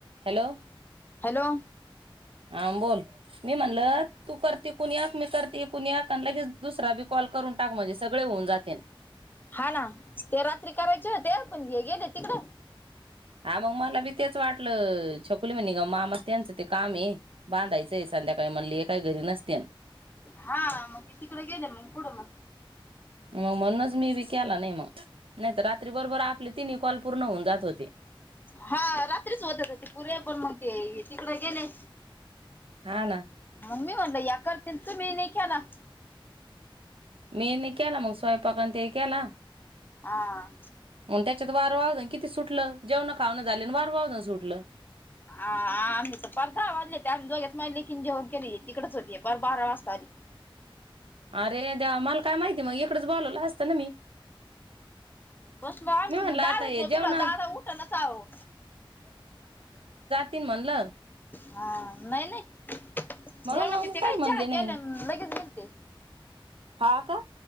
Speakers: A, on the right; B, on the left.
A: Hello
B: hello
A: हां बोल मी म्हणल तू करते कुण्याक मी करते कुण्याक आणि लगेच दुसरा बी कॉल करून टाक म्हणजे सगळे होऊन जातेन
B: हा ना ते रात्री करायचे होते पण हे गेले तिकड
A: हा मग मला बी तेच वाटलं अ छकुली म्हनी ग मामा त्यांचं ते काम आये बांधायचंय संध्याकाळी म्हणली हे काय घरी नसत्याल.
B: हा मग ते तिकड गेले मग कुठं मग.
A: अ म्हणूनच मी बी केला नाही मग नाही तर रातरी बरोबर आपली तीनी कॉल पूर्ण होऊन जात होते.
B: हा रात्रीच होत ते पुरे पण मग ते तिकड गेले.
A: हा ना
B: आव मी म्हणलं या करतील तुम्ही नाही केला. <inaudible>
A: मी नी केला मग सोयंपाक अन् ते केला.
B: आ आ
A: मग त्याच्यात वार वादळ किती सुटलं? जेवण खावणं झाल्यावर वार वादळ सुटलं
B: हा आम्ही पन पास सहा वाजले ते आम्ही दोघीच माईलेकिन जेवण केलय तिकडेच होती पार बारा वाजता आली.
A: अरे देवा मला काय माहिती मग इकडच बोलवलं असतं ना मी
B: बसलो आम्ही
A: मी म्हणलं
B: म
A: आता
B: दारातच
A: हे
B: झोपला
A: जेवणा
B: दादा उठनाच आओ
A: तीन म्हणलं
B: हा नाय-नाय जेवणा
A: म्हणून मग
B: किती
A: मी काही
B: काय
A: म्हणले
B: चहा
A: नाही.
B: केल्या लगेच गेल ते
A: हा का